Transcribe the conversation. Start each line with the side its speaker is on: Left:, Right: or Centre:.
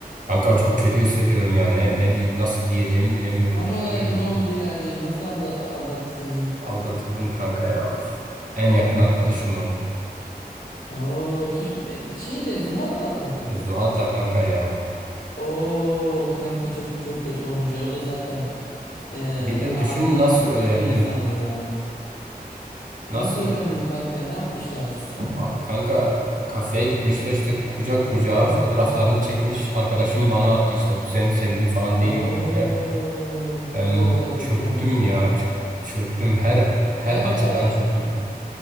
Right: Kanka çok kötü hissediyorum ya. Ne, ne diye, nasıl diyeceğimi bilemiyorum.
Left: Tam
Right: Utanıyorum.
Left: olarak ne oldu yani? Nasıl alda- aldattı seni?
Right: Aldatıldım kanka ya. Of. En yakın arkadaşımla.
Left: Oo kim e, şeyle Zuhat'la atlattı.
Right: Zuhat'la kanka ya.
Left: Oo kanka çok çok kötü olmuş ya. O da zaten e,
Right: Bir de
Left: adi
Right: düşün nasıl öğrendim.
Left: bir insandı ya.
Right: Nasıl?
Left: Nasıl öğrendin kanka? Ne yapmışlar?
Right: F- Kanka kafeye gitmişler işte kucak kucağa
Left: Aa,
Right: fotoğraflarını çekmiş. Arkadaşım bana attı işte bu senin sevgilin falan
Left: oo
Right: değil mi diye.
Left: kanka
Right: Ben
Left: baya kötü
Right: çöktüm
Left: olmuş ya.
Right: ya ç- çöktüm her her
Left: Kanka
Right: açıdan çöktüm.